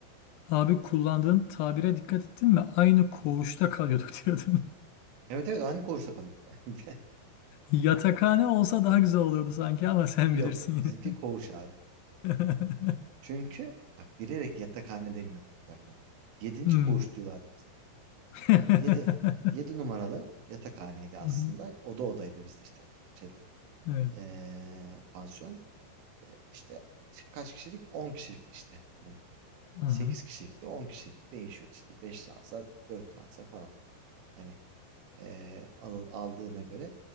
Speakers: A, on the left (about 75°); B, on the right (about 80°).
A: abi kullandığın tabire dikkat ettin mi? Aynı koğuşta
B: Hı hı.
A: kalıyorduk <laughs> diyordun.
B: Evet evet aynı koğuşta kalıyorduk yani. <laughs> Bir de-
A: Yatakhane olsa daha güzel olurdu sanki ama sen
B: Yok
A: bilirsin
B: bizimki
A: yine.
B: koğuş abi.
A: <laughs>
B: Çünkü bak bilerek yatakhane demiyorduk zaten. Yedinci
A: Hmm.
B: koğuş diyorlardı bize.
A: <laughs>
B: Yedi. Yedi
A: Hı
B: numaralı yatakhaneydi aslında.
A: hı.
B: Oda odaydı bizde işte şeyler.
A: Evet.
B: Ee, pansiyon. Ee, işte kaç kişilik? on kişilik işte. Hani
A: Hı
B: 8
A: hı.
B: kişilikte 10 kişilikte değişiyordu işte. 5 transa 4 transa falan. Hani ee, al- aldığına göre.